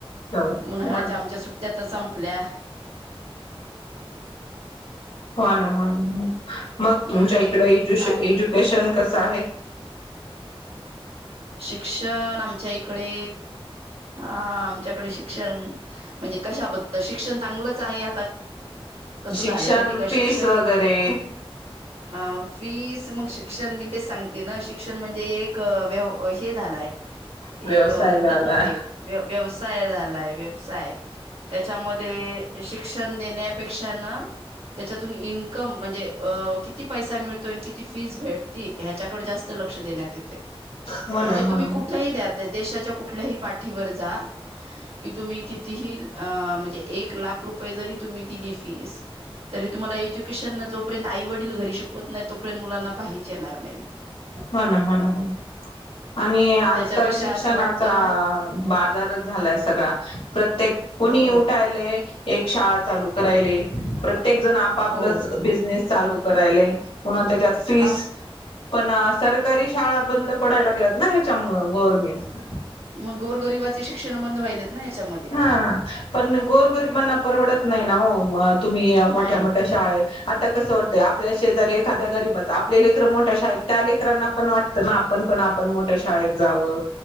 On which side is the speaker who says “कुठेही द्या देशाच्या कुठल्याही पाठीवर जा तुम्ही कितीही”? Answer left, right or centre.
Right